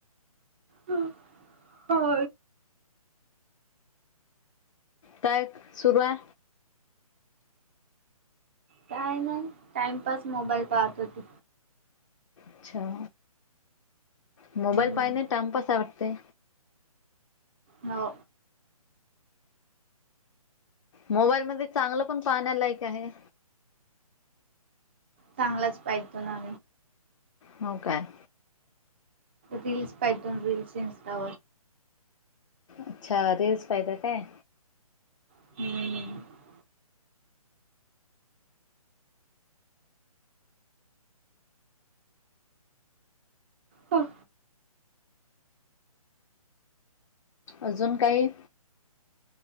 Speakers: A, on the right (about 20°); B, on the left (about 55°).
A: ह हो
B: काय सुरू आहे.
A: काय नाही टाइमपास मोबाईल पाहत होते.
B: अच्छा मोबाईल
A: हम्म
B: पाहिणे टाइमपास आवडते.
A: हो
B: मोबाईलमध्येध्ये चांगलं पण पाहण्या लायक आहे.
A: चांगलाच पाहितो ना
B: हो काय
A: रीलस पाहीतून रीलस इंस्टा
B: अच्छा रील्स पाहील काय?
A: <inaudible> हो
B: अजून काही